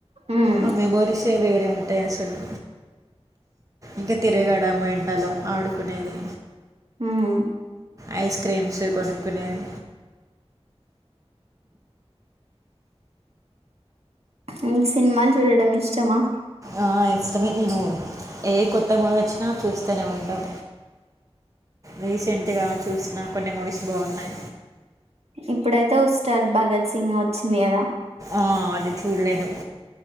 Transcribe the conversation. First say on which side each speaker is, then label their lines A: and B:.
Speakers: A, on the right; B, on the right.
A: ఉమ్
B: ఆ మెమోరీస్ ఏ వేరే ఉంటాయి అసలు ఇంకా తిరేగాడ డమ ఏండలో ఆడుకునేది
A: ఆమ్
B: ఐస్ క్రీమ్స్ కొనుక్కునేవి
A: మీకు సినిమాలు చూడడం ఇష్టమా
B: ఆ, ఇష్టమే నేను ఏ కొత్త మూవీ వచ్చినా చూస్తేనే ఉంటాం రీసెంట్ గా చూసిన కొన్ని మూవీస్ బాగున్నాయి
A: ఇప్పుడైతే ఉస్తాద్ భగత్ సింగ్ వచ్చింది కదా
B: ఆ అది చూడలేదు